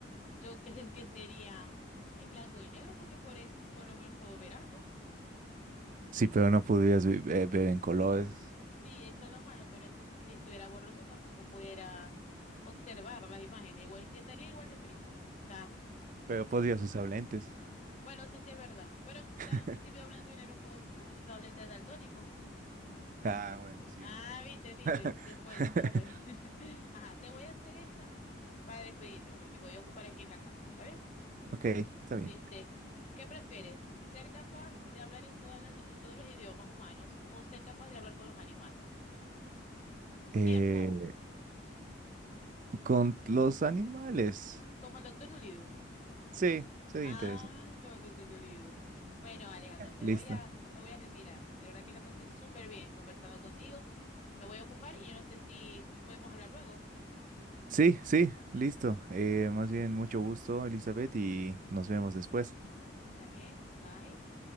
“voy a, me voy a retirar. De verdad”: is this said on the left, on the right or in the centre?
Left